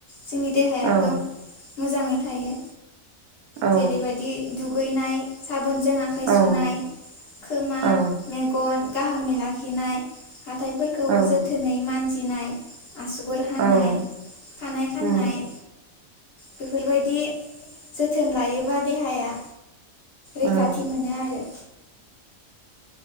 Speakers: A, on the left; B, on the right.
A: जोंनि देहायाबो
B: औ
A: मोजाङै थायो
B: औ
A: जेरैबायदि दुखु दुगैनाय साबोन जों आखाइ
B: औ
A: सुनाय खोमा
B: औ
A: मेगन गाहामै लाखिनाय फोरखौ
B: औ
A: जोथोनै मानजिनाय आसुगुर हानाय
B: औ
A: खानाय खाननाय
B: औ
A: बेफोरबायदि जोथोन लायोबा देहाया
B: औ
A: रैखाथि मोनो आरो।